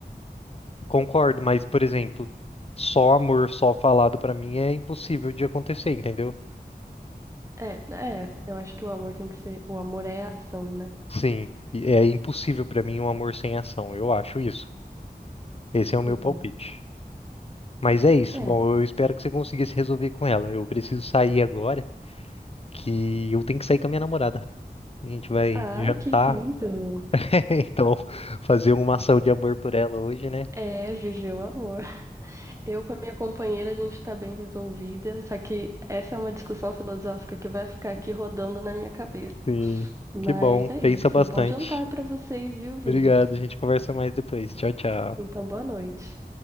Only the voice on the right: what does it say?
É, é, eu acho que o amor tem que ser, o amor é ação, né?
Uhum.
É.
Ai,
que lindo.
É, viveu o amor. Eu com a minha companheira, a gente está bem resolvida, só que essa é uma discussão filosófica que vai ficar aqui rodando na minha cabeça.
Mas
é isso.
Bom jantar para vocês, viu, Vini?
Então, boa noite.